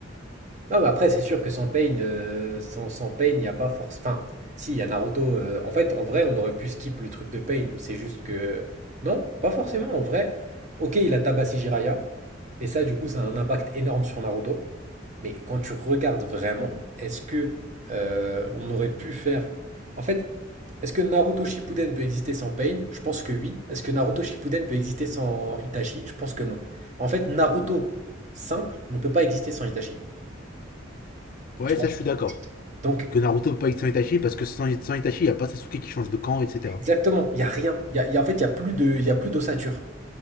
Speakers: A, on the right (about 40°); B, on the left (about 50°).
A: Non, mais après, c'est sûr que sans Pain, euh, sans, sans Pain, il n'y a pas force. Enfin, si, il y a Naruto. euh, en fait, en vrai, on aurait pu skip le truc de Pain. C'est juste que. Non, pas forcément, en vrai. Ok, il a tabassé Jiraiya. Et ça, du coup, ça a un impact énorme sur Naruto. Mais quand tu regardes vraiment, est-ce que euh, on aurait pu faire. En fait, est-ce que Naruto Shippuden peut exister sans Pain? Je pense que oui. Est-ce que Naruto Shippuden peut exister sans Itachi? Je pense que non. En fait, Naruto simple ne peut pas exister sans Itachi.
B: Ouais,
A: Tu vois
B: ça, je suis d'accord.
A: donc
B: Que Naruto peut pas être sans Itachi, parce que sans, sans Itachi, il n'y a pas Sasuke qui change de camp, etc.
A: exactement, il y a rien. Il y a il y a en fait, il y a plus de il y a plus d'ossature.